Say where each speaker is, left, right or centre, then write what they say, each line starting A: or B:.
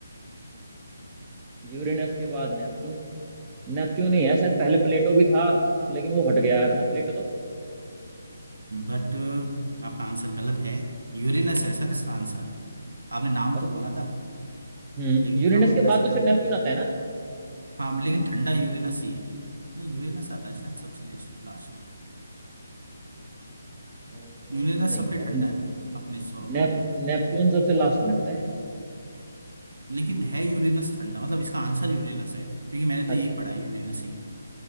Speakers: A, on the right (about 25°); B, on the right (about 80°).
A: यूरेनस के बाद नेपच्यून नेपच्यून ही है शायद पहले प्लेटो भी था लेकिन वो हट गया है अब ना प्लेटो तो
B: बट आपका आंसर गलत है यूरेनस है
A: अच्छा
B: सर इसका आंसर आपने नाम
A: अच्छा
B: तो बोला था
A: हम्म
B: लेकिन
A: यूरेनस
B: क्रम उल्टा
A: के बाद
B: सीधा
A: तो फिर नेपच्यून
B: कर
A: आता है ना
B: हाँ लेकिन ठंडा यूरेनस ही है नहीं यूरेनस आता है शायद सबसे लास्ट
A: अ,
B: यूरेनस
A: नहीं
B: सबसे
A: सर
B: ठंडा
A: ने,
B: है मतलब अपने सौर
A: नेप,
B: मंडल में
A: नेपच्यून सबसे लास्ट में आता है
B: लेकिन है यूरेनस ठंडा मतलब इसका आंसर यूरेनस है क्योंकि मैंने तो
A: अच्छा
B: यही
A: अच्छा
B: पढ़ा है यूरेनस ही